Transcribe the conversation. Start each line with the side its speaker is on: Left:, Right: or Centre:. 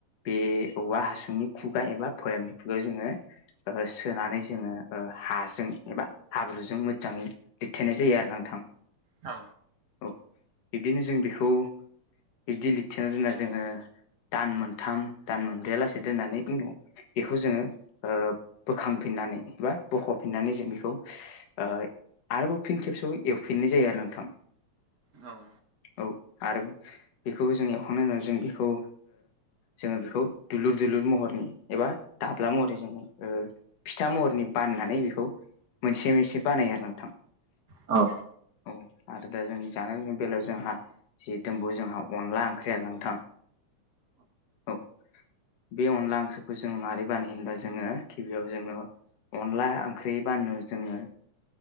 Left: बे औवा हासुनि खुगा एबा भयामनि खुगायाव जोङो ओ सोनानै जोङो हाजों एबा हाब्रुजों मोजाङै लिरथेनाय जायो आरो नोंथां।
Right: औ।
Left: औ बिब्दिनो जों बेखौ बिदि लिरथेना दोनना जोङो दान मोनथाम दान मोनब्रैया लासेै दोननानै उनाव बेखौ जोङो बोखांफिननानै बा बख'फिननानै जों बेखौ आरोबाव फिन खेबसेयाव एवफिननाय जायो आरो नोंथां
Right: औ।
Left: औ आरो बेखौ जों एवखांनायनि उनाव जों बेखौ जोङो बेखौ दुलुर दुलुर महरनि एबा दाब्ला महरै जोङो ओ फिथा महरनि बाननानै बेखौ मोनसे मोनसे बानायो आरो नोंथां
Right: औ।
Left: औ आरो दा जों जानाय लोंनि बेलायाव जोंहा जि दोनबौ जोंहा अनला ओंख्रि आरो नोंथां औ बे अनला ओंख्रिखौ जोङो माबोरै बानायो होनबा जोङो गिबियाव जोंनो अनला ओंख्रि बानायनो जोंनो